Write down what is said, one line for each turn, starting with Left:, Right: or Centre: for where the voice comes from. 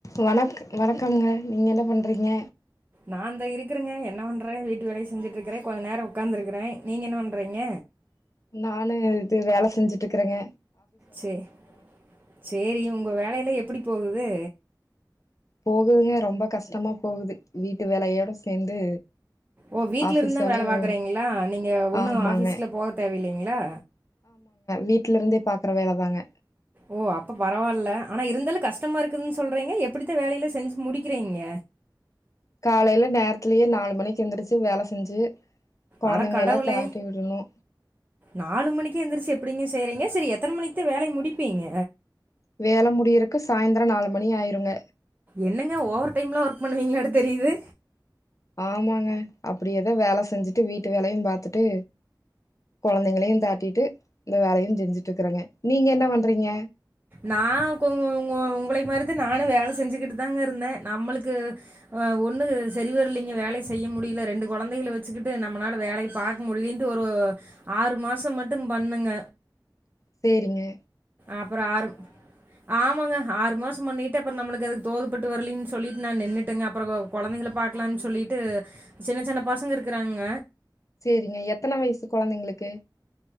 Left: வணக்க வணக்கம்ங்க நீங்க என்ன பண்றீங்க
Right: நான்ந்த இருக்கறங்க என்ன பண்றே வீட்டு வேலைய செஞ்சுட்டு இருக்கறே கொஞ்ச நேரோ உக்காந்து இருக்கறே நீங்க என்ன பண்றீங்க
Left: நானு இது வேல செஞ்சுட்டு இருக்கறேங்க
Right: சேரி சேரி உங்க வேலையில எப்படி போவுது
Left: போகுதுங்க ரொம்ப கஷ்டமா போகுது வீட்டு வேலையோட சேந்து
Right: ஓ வீட்டுல
Left: ஆஃபீஸ்
Right: இருந்தா
Left: வேலையு
Right: வேல பாக்குறீங்களா நீங்க ஒன்னு
Left: ஆமாங்க
Right: ஆபீஸ்க்கல போக தேவலைங்களா
Left: வீட்டு்ல இருந்தே பாக்குற வேல தாங்க
Right: ஓ அப்ப பரவாயில்ல ஆனா இருந்தாலு கஷ்டமா இருக்குதுன்னு சொல்றீங்க எப்படித்தா வேலையில செஞ்சு முடிக்கிறீங்க
Left: காலையில நேரத்திலயே நாலு மணிக்கு எந்திரிச்சு வேல செஞ்சு கொழந்தைங்கள
Right: அட கடவுளே
Left: எல்லா தாட்டி விடணு
Right: நாலு மணிக்கு எந்திரிச்சு எப்டிங்க செய்றீங்க செரி எத்தன மணிக்குத்த வேலை முடிப்பீங்க
Left: வேல முடியறக்கு சாயந்திரம் நாலு மணி ஆயிருங்க
Right: என்னங்க ஓவர் டைம்லாம் ஒர்க் பண்ணுவீங்களாட தெரியுது
Left: ஆமாங்க அப்டியே ஏதோ வேல செஞ்சுட்டு வீட்டு வேலையும் பாாரத்துட்டு கொழந்தைங்களையும் தாட்டிட்டு இந்த வேலையும் செஞ்சுட்டு இருக்கறாங்க நீங்க என்ன பண்றீங்க
Right: நான் உ உங்களை மாரித்தா நானும் வேல செஞ்சுக்கிட்டு தாங்க இருந்தே நம்மளுக்கு ஒண்ணு சரிவர்லைங்க வேலை செய்ய முடில ரெண்டு கொழந்தைகள வச்சுக்கிட்டு நம்மளால வேலைய பார்க்க முடியதுன்ட்டு ஒரு ஆறு மாசம் மட்டும் பண்ணுங்க
Left: செரிங்க
Right: அப்பறோ ஆறு ஆமாங்க ஆறு மாசம் பண்ணிட்டு அப்பறோ நம்மளுக்கு அதுக்கு தோதுப்பட்டு வரலன்னனு சொல்லிட்டு நான் நின்னுட்டேங்க அப்பறோ கொழங்தைகல பாக்கலாம்னு சொல்லிட்டு சின்ன சின்ன பசங்க இருக்கிறாங்க
Left: செரிங்க எத்தன வயசு கொழந்தைங்களுக்கு